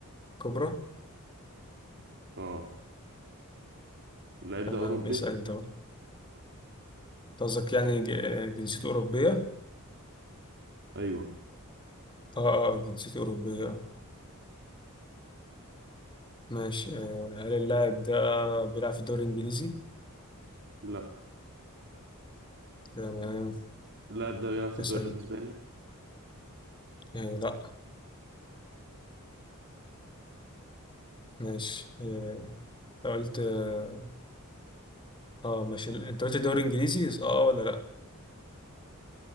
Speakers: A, on the left; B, on the right.
A: الكبرى
B: اه اللاعب
A: تمام
B: ده اوروبي
A: اسأل أنت بقى أنت قصدك يعني ج- آه، جنسيته أوروبية
B: ايوه
A: آه آه جنسيته أوروبية آه ماشي آه هل اللاعب ده بيلعب في الدوري الإنجليزي
B: لا
A: تمام
B: اللاعب ده بيلعب في الدوري
A: اسأل
B: الاسباني
A: آه لا ماشي آه أنت قلت آه آه، ماشي أنت قلت الدوري الإنجليزي آه ولا لا